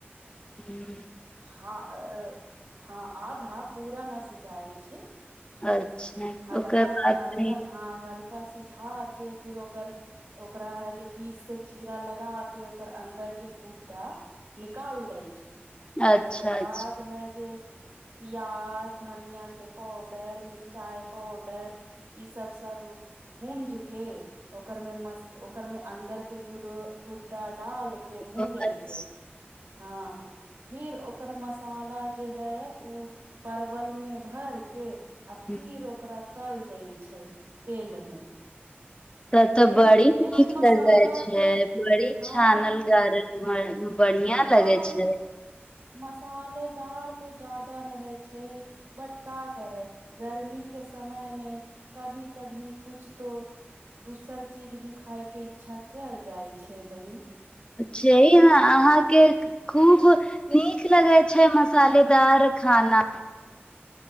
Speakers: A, on the left (about 25°); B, on the right (about 90°).
A: ह
B: हँ अ हँ आ धा पूरा न सिझाबे छै
A: अच्छा
B: हल्का
A: ओकर बाद फ
B: हल्का हँ हल्का सिझा के फिर ओकर ओकरा है जे बीच से चीरा लगा के ओकर अन्दर के गूददा निकाल दै छै
A: अच्छा
B: ओकर
A: अच्छा
B: बाद है प्याज धनिया के पाउडर मिचाई पाडर ई सब सब भूज के ओकर मे ओकर में अन्दर केो त डाल के भूजै
A: ओ अच्छा
B: छै हँ फिर ओकर मसाला जे है उ परवल मे भर के अभी
A: हूँ।
B: रोकक रह टल दै छै तेल मे
A: त तऽ
B: जरी
A: बड़ी
B: तेल
A: नीक
B: मसाला
A: लगै छै
B: के
A: बड़ी
B: हँ
A: छानल गार ह बढ़ििया
B: हँ
A: लगे छै
B: मसालेदार तो ज्यादा रहै छै बटका करै गर्मी के समय मे कभी कभी कुछ तो दोसर चीज भी खाायके इच्छा कर जाइ छै बहिन
A: छै ने अहाँके खूब नीक लगै छै मसालेदार खाना